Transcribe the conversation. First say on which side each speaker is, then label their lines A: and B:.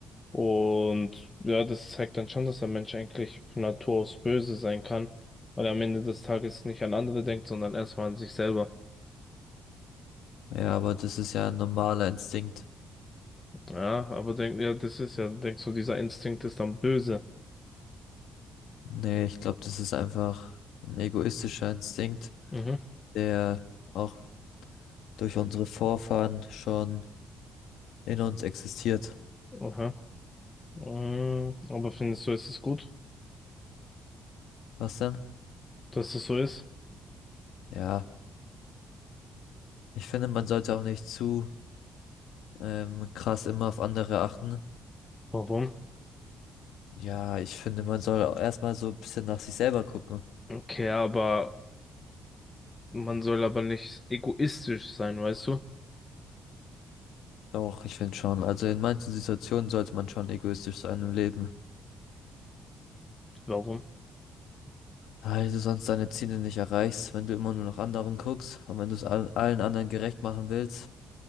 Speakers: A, on the left; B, on the left.
A: Und ja, das zeigt dann schon, dass der Mensch eigentlich von Natur aus böse sein kann, weil er am Ende des Tages nicht an andere denkt, sondern erstmal an sich selber.
B: Ja, aber das ist ja ein normaler Instinkt.
A: Ja, aber denk, ja, das ist ja, denkst du, dieser Instinkt ist dann böse.
B: Nee, ich glaube, das ist einfach ein egoistischer Instinkt,
A: Mhm.
B: der auch durch unsere Vorfahren schon in uns existiert.
A: Aha. Mm, aber findest du, ist es gut,
B: Was denn?
A: dass es so ist?
B: Ja, ich finde, man sollte auch nicht zu ähm, krass immer auf andere achten.
A: Warum?
B: Ja, ich finde, man soll auch erstmal so ein bisschen nach sich selber gucken.
A: Okay, aber man soll aber nicht egoistisch sein, weißt du?
B: Doch, ich finde schon. Also in manchen Situationen sollte man schon egoistisch sein im Leben.
A: Warum?
B: weil du sonst deine Ziele nicht erreichst, wenn du immer nur nach anderen guckst und wenn du es all- allen anderen gerecht machen willst.